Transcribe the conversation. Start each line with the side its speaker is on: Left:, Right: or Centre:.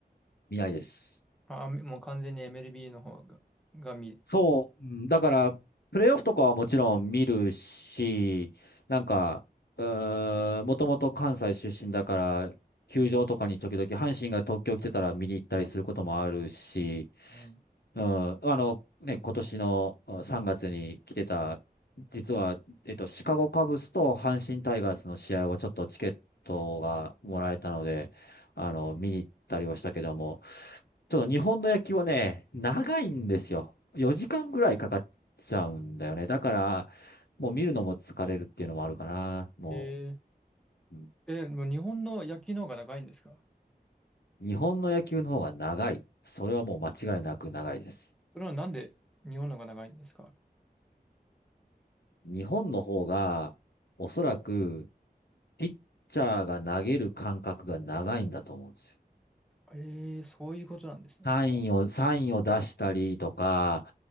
Left: 見ないです。
Centre: あ、もう完全に MLB の方が、が見、
Left: そう、うんだから、プレーオフとかはもちろん見るし、なんか、うーん、もともと関西出身だから、球場とかに時々、阪神が東京来てたら見に行ったりすることもあるし、
Centre: うん。
Left: うん、あの、ね、今年のうん3月に来てた、実は、えっと、シカゴカブスと阪神タイガースの試合はちょっとチケットがもらえたので、あの、見に行ったりはしたけども、ちょっと日本の野球はね、長いんですよ。4時間ぐらいかかっちゃうんだよね。だから、もう見るのも疲れるっていうのもあるかな。も
Centre: えーえ
Left: う、うん
Centre: ー、えーもう日本の野球の方が長いんですか
Left: 日本の野球の方が長い。それはもう間違いなく長いです。
Centre: それはなんで日本の方が長いんですか
Left: 日本の方が、おそらく、ピッチャーが投げる感覚が長いんだと思うんですよ。
Centre: えー、そういうことなんですね。
Left: サインを、サインを出したりとか、